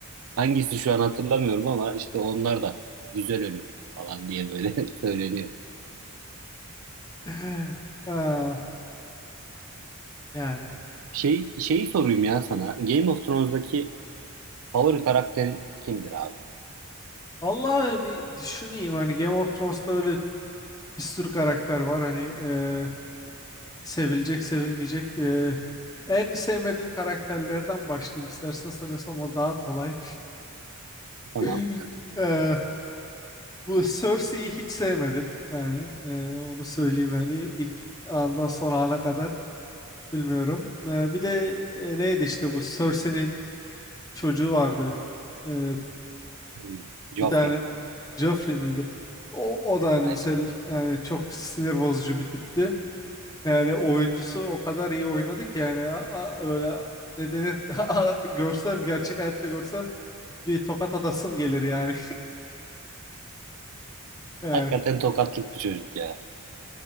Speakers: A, on the right (about 65°); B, on the left (about 15°).
A: Hangisi şu an hatırlamıyorum ama işte onlar da güzel ölür falan diye böyle <laughs> söyleniyor.
B: <laughs> ah, yani.
A: Şey şeyi sorayım ya sana. Game of Thrones'daki favori karakterin kimdir abi?
B: Allah bir düşüneyim hani Game of Thrones'ta böyle bir sürü karakter var hani eh, sevilecek sevilmeyecek eh, en sevmediğim karakterlerden başlayayım istersen sanıyorsam o daha kolay.
A: Tamam.
B: <laughs> Eh, bu Cersei'yi hiç sevmedim yani eh, onu söyleyeyim hani ilk andan son ana kadar. Bilmiyorum. Ee, bir de e, neydi işte bu Cersei'nin çocuğu vardı. Ee,
A: Hmm. Joffrey.
B: bir tane Joffrey miydi? O, o da hani
A: Aynen.
B: mesela yani çok sinir bozucu bir tipti. Yani oyuncusu o kadar iyi oynadı ki yani a- a- böyle ne denir <laughs> a- a- görsem gerçek hayatta görsem bir tokat atasım gelir yani. <laughs> Yani,
A: Hakikaten tokatlık bir çocuk ya.